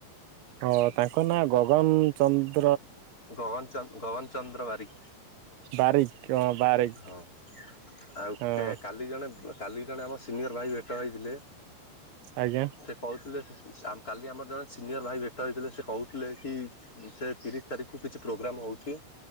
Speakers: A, on the right (about 85°); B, on the left (about 20°).
A: ହ ତାଙ୍କ ନାଁ ଗଗନ ଚନ୍ଦ
B: ଗଗନ ଚନ୍ଦ ଗଗନ ଚନ୍ଦ୍ର ବାରିକ।
A: ବାରିକ। ହଁ ବାରିକ
B: ହଁ ଆଉ
A: ହଁ
B: କା-କାଲି ଜଣେ କାଲି ବି ଜଣେ ଆମ ସିନିୟର ଭାଇ ଭେଟ ହେଇଥିଲେ
A: ଆଜ୍ଞା
B: ସେ କହୁଥିଲେ ସାମ୍ କାଲି ଆମର ଜଣେ ସିନିୟର୍ ଭାଇ ଭେଟ ହେଇଥିଲେ ସେ କହୁଥିଲେ କି, ସେ ତିରିଶ ତାରିଖକୁ କିଛି ପ୍ରୋଗ୍ରାମ୍ ହଉଛି